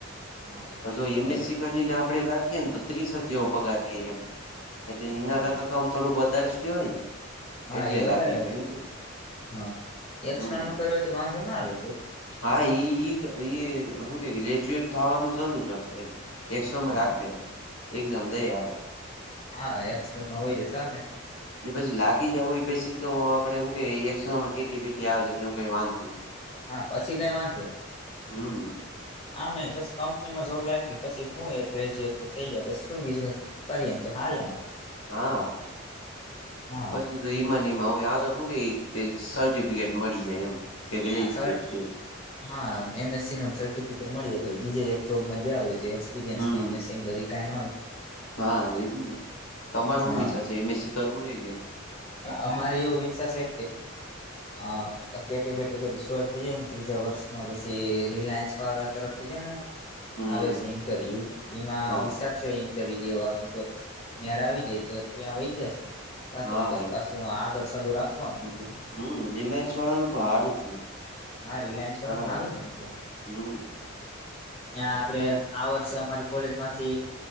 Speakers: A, on the left; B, on the left.
A: હા એવું
B: હ જો એમએસસી
A: એ
B: કરીને આપણે લાગીએ ને તો ત્રીસક જેવો પગાર હે એમ. એટલે ઈના
A: હા
B: કરતા તો આમ થોડુંક વધારે જ કેહેવાય ને
A: હા
B: એટલે
A: એ વધારે
B: લાગી જાય એમ છે
A: હ એકસટનલમાં
B: હમ
A: કર્યું હોય તો વાંધો ના આવે ત
B: હા એ હું કે ગ્રેજ્યુએટ થવાનું સારું જ એમ. એકસટનલમાં
A: હા
B: રાખી દેવા એકજામ દઇ અવાય.
A: હા એક્સટનલમાં હોય જાય શાલે-
B: એ પછી લાગી જઇ પછી તો આપડે શું કે એકસટનલમાં કેટી પીટી આવે છે એ કઈ વાંધ
A: હા પછી કઈ વાંધો નઇ
B: હમ
A: આમ કંપનીમાં જોબ લાગીઈ પછી હું એક ગ્રેજ્યુટ તો થઈ ગયા શું બીજું કરીએ ઈમ તો હાલે
B: હા
A: હા
B: પછી તો માંને એમાં હુ આ તો કે સર્ટિફિકેટ મળી જાય એમ. કે ગ્રેજ્યુએટ
A: અસટ
B: છે
A: હા એમએસસી નો સર્ટિફિકેટ મળી જાય પછી બીજે એક જોબમાં જયા હોય તો આવે
B: હમ હા એજ ની તમારે શું
A: હા
B: વિચાર છે એમએસસી કરવું હે કે?
A: અમારે એવું વિચાર છે કે કેટી બે એ બધું સોલ્વ થઈ જાય ને ત્રીજા વર્ષમાં પછી રિલાયન્સ વાળા તરફથી જ ને
B: હમ
A: આવે છે ને ઇન્ટરવ્યુ એમાં
B: હા
A: વિ ઇન્ટરવ્યુ દેવાનો મેળ આવી જાય તો ત્યાં વય જશુ બાકીને
B: હા
A: બસ
B: એ
A: પા તો આગળ સાલું રાખવા બીજું
B: હમ રિલાયન્સ વાળાનું બવ હારું છે.
A: હા રિલાયન્સ વાળા
B: ઘણા
A: સારું છે એમ તો
B: હમ
A: ત્યાં આપડે
B: હમ
A: આ વર્ષે અમારી કોલેજમાંથી